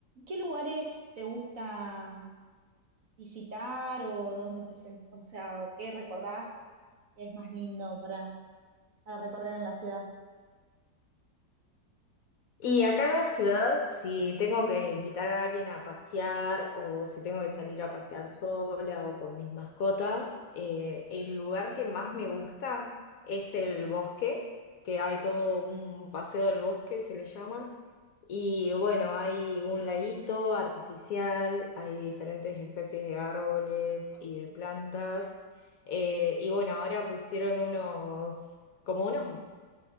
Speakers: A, on the right; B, on the left.
A: ¿Qué lugares te gusta visitar o dónde te sen- o sea, o qué recordás que es más lindo para, para recorrer en la ciudad?
B: Y acá en la ciudad, si tengo que invitar a alguien a pasear o si tengo que salir a pasear sola o con mis mascotas, eh, el lugar que más me gusta es el bosque, que hay todo un paseo del bosque, se le llama. Y bueno, hay un laguito artificial, hay diferentes especies de árboles y de plantas. Eh, y bueno, ahora pusieron unos, como unos